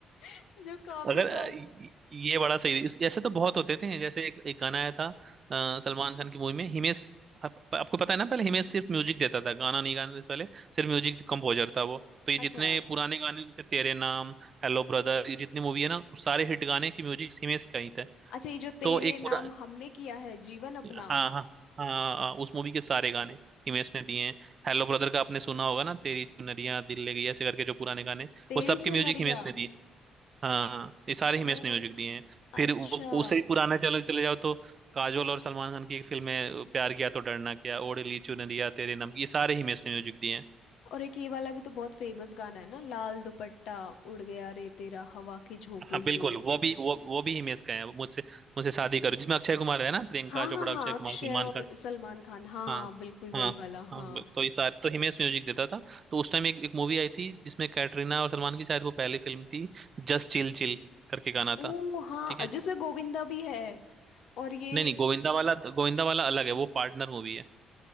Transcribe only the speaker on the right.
अगर
अ, ये ये बड़ा सही इस- ऐसे तो बहुत होते थे जैसे एक, एक गाना आया था अ, सलमान खान की मूवी में हिमेश आप, आपको पता है ना पहले हिमेश सिर्फ म्यूजिक देता था गाना नहीं गाने से पहले सिर्फ म्यूजिक कंपोजर था वो तो ये
जितने पुराने गाने जैसे तेरे नाम हेलो ब्रदर ये जितनी मूवी है ना उस सारे हिट गाने की म्यूजिक हिमेश का ही थे
तो एक
पूरा
हाँ हाँ हाँ हाँ, उस मूवी के सारे गाने हिमेश ने दिए हैं हेलो ब्रदर का आपने सुना होगा ना तेरी चुनरिया दिल ले गई ऐसे करके जो पुराने गाने
वो सबके
म्यूजिक हिमेश ने दिए हाँ हाँ ये सारे
हिमेश ने म्यूजिक दिए हैं फिर
वो उससे ही पुराना चले चले जाओ तो काजोल और सलमान खान की एक फिल्म है प्यार किया तो डरना क्या ओढ़ ली चुन लिया तेरे नाम की ये सारे हिमेश ने म्यूजिक दिए हैं
हाँ
बिल्कुल वो भी वो वो भी हिमेश का है मुझसे मुझसे शादी करो जिसमें अक्षय कुमार है ना प्रियंका
चोपड़ा
अक्षय कुमार
सलमान
खान
हाँ
हाँ
हाँ ब- तो ये सारे तो हिमेश म्यूजिक देता था तो उस टाइम एक एक मूवी आई थी जिसमें कैटरीना और सलमान की शायद वो पहली फिल्म थी जस्ट चिल चिल करके गाना
था
ठीक है
नहीं नहीं गोविंदा वाला गोविंदा वाला अलग है वो पार्टनर मूवी है